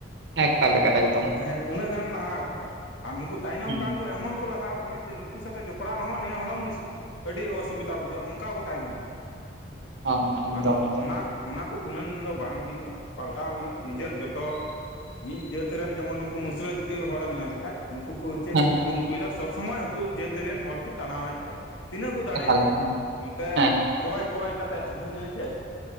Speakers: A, on the right (about 65°); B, on the left (about 85°).
A: ᱦᱮᱸ ᱮᱠᱟᱞ ᱮᱠᱟᱞ ᱮᱠᱫᱚᱢ᱾
B: ᱦᱮᱸ ᱩᱱᱟᱹᱜ ᱜᱟᱱ ᱞᱟᱦᱟᱣ ᱟᱠᱟᱱᱟ ᱟᱨ ᱱᱩᱠᱩ ᱛᱟᱭᱱᱚᱢ
A: ᱦᱮᱸ
B: ᱜᱟᱱ ᱠᱚ ᱮᱢᱚᱱ ᱠᱚ ᱞᱟᱦᱟᱣ ᱟᱠᱟᱱᱟ ᱡᱮ ᱱᱩᱠᱩ ᱥᱟᱛᱮᱜ ᱡᱚᱯᱲᱟᱣ ᱦᱚᱸ ᱱᱮ ᱦᱚᱲ ᱦᱚᱸ ᱢᱩᱥ ᱟᱹᱰᱤ ᱚᱥᱩᱵᱤᱫᱟ ᱵᱩᱡᱷᱟᱹᱜᱼᱟ ᱚᱱᱠᱟ ᱠᱚ ᱛᱟᱭᱱᱚᱢ ᱠᱟᱱᱟ᱾
A: ᱦᱚᱸ ᱮᱠᱫᱚᱢ
B: ᱟᱫᱚ
A: ᱮᱠᱫᱚᱢ
B: ᱚᱱᱟ ᱚᱱᱟ ᱠᱚ ᱜᱩᱱᱟᱹᱱ ᱫᱚ ᱵᱟᱝ ᱦᱩᱭᱩᱜᱼᱟ ᱯᱟᱞᱴᱟᱣ ᱦᱩᱭᱩᱜᱼᱟ ᱱᱤᱡᱮᱨ ᱡᱚᱛᱚ ᱢᱤᱫ ᱡᱟᱹᱛ ᱨᱮᱱ ᱡᱮᱢᱚᱱ ᱱᱩᱠᱩ ᱢᱩᱥᱞᱟᱹ ᱡᱟᱹᱛᱤ ᱦᱚᱲ ᱮᱢ ᱧᱮᱞ ᱞᱮᱠᱷᱟᱡ ᱱᱩᱠᱩ ᱠᱚ ᱪᱮᱫ
A: ᱦᱮᱸ
B: ᱠᱚ ᱠᱩᱨᱩᱢᱩᱴᱩᱭ ᱮᱫᱟ ᱥᱚᱵᱽ ᱥᱚᱢᱚᱭ ᱟᱠᱚ ᱡᱟᱹᱛ ᱨᱮᱱ ᱦᱚᱲ ᱠᱚ ᱴᱟᱱᱟᱣᱮᱫ ᱠᱚᱣᱟ᱾ ᱛᱤᱱᱟᱹᱜ ᱠᱚ ᱫᱟᱲᱮᱭᱟᱜᱼᱟ
A: ᱮᱠᱟᱞ ᱦᱮᱸ
B: ᱱᱚᱛᱮ
A: ᱦᱮᱸ
B: ᱠᱚᱭ ᱠᱚᱭ ᱠᱟᱛᱮᱫ ᱦᱟᱹᱱᱤ ᱱᱟᱹᱭ ᱴᱷᱮᱜ᱾